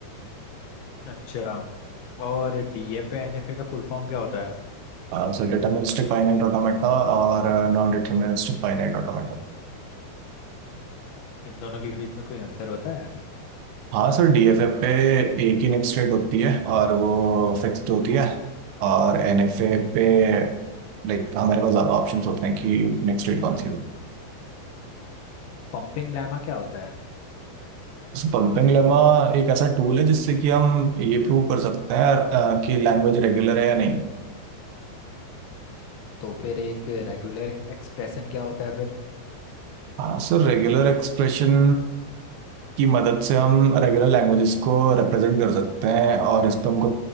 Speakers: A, on the left (about 75°); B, on the right (about 80°).
A: अच्छा और डीएफए एनएफए का फुल फॉर्म क्या होता है
B: आ, सर डिटर्मिनिस्टिक फाइनाइट ऑटोमेटा और नॉन डिटर्मिनिस्टिक फाइनाइट ऑटोमेटा
A: हम्म, इस इन दोनों के बीच में कोई अंतर होता है
B: हाँ सर डीएफएफ पे एक ही नेक्स्ट स्टेट होती है और वो फिक्स्ड होती है और एनएफए पे लाइक हमारे पास ज़्यादा ऑप्शंस होते हैं कि नेक्स्ट स्टेट कौन सी होगी
A: पंपिंग लैमा क्या होता है
B: पंपिंग लेमा एक ऐसा टूल है जिससे कि हम ये प्रूव कर सकते हैं अ, कि लैंग्वेज रेगुलर है या नहीं
A: तो फिर एक रेगुलर एक्सप्रेशन क्या होता है फिर
B: हाँ सर रेगुलर एक्सप्रेशन की मदद से हम रेगुलर लैंग्वेजेस को रिप्रेजेंट कर सकते हैं और इस पर हमको